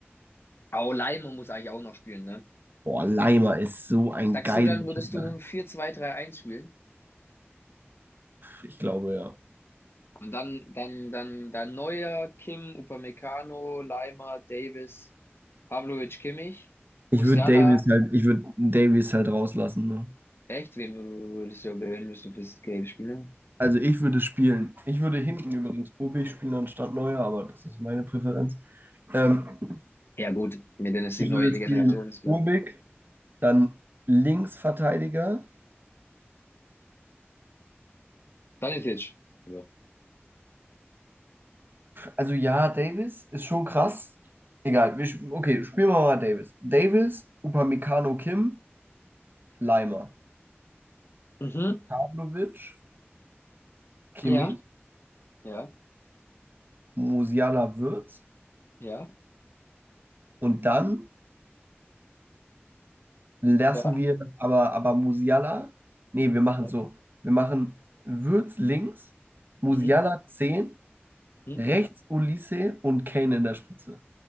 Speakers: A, on the left; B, on the right.
A: Aber Leimer muss eigentlich auch noch spielen, ne?
B: Boah, Leimer ist so ein
A: Sagst
B: geiler
A: du, dann würdest
B: Kicker.
A: du ein 4-2-3-1 spielen?
B: Ich glaube, ja.
A: Und dann, dann, dann, dann Neuer, Kim, Upamecano, Leimer, Davis, Pavlovic, Kimmich,
B: Ich
A: Musiala.
B: würde Davies halt, ich würde Davies halt rauslassen, ne?
A: Echt? Wen würdest du, wen würdest du fürs Gelb spielen?
B: Also ich würde spielen. Ich würde hinten übrigens Ubi spielen anstatt Neuer, aber das ist meine Präferenz. Ähm,
A: Ja, gut. Mit der neue
B: ich würde
A: Generation
B: spielen
A: ist klar.
B: Urbik, Dann Linksverteidiger.
A: Stanisic. Ja.
B: Also ja, Davis ist schon krass. Egal, wir, sp- okay, spielen wir mal Davis. Davis, Upamecano Kim, Leimer,
A: Mhm.
B: Pavlovic, Kimmich,
A: Ja, ja,
B: Musiala Wirtz
A: ja.
B: und dann lassen
A: Ja.
B: wir aber, aber Musiala, nee, wir machen
A: ja.
B: so, wir machen Wirtz links, Musiala
A: Mhm.
B: 10,
A: Mhm.
B: rechts
A: <laughs>
B: Olise und Kane in der Spitze.